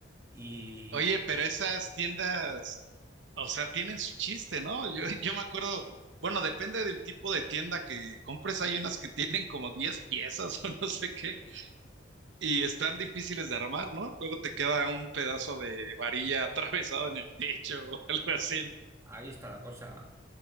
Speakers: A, on the right (about 15°); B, on the right (about 70°).
A: y
B: Oye, pero esas tiendas, o sea, tienen su chiste, ¿no? Yo, yo me acuerdo, bueno, depende del tipo de tienda que compres, hay unas que tienen como 10 piezas <laughs> o no sé qué. Y están difíciles de armar, ¿no? Luego te queda un pedazo de varilla <laughs> atravesado en el techo o <laughs> algo así.
A: Ahí está la cosa.